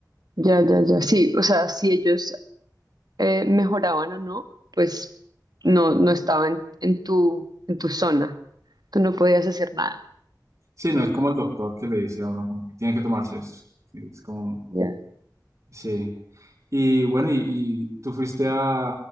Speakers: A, on the right; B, on the right.
A: ya, ya, ya. Sí, o sea, si ellos eh, mejoraban o no, pues no, no estaban en tu, en tu zona. Tú no podías hacer nada.
B: Sí, no es como el doctor que le dice a uno como que tiene que tomarse esto. Sí, es como,
A: Ya.
B: sí. Y bueno, y, y tú fuiste a,